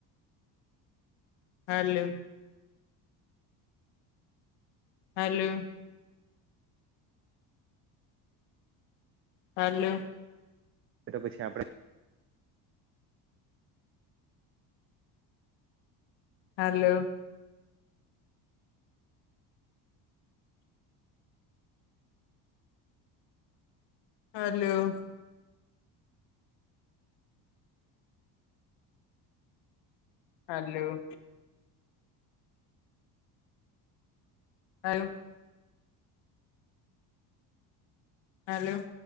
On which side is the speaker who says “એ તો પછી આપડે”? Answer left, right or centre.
Right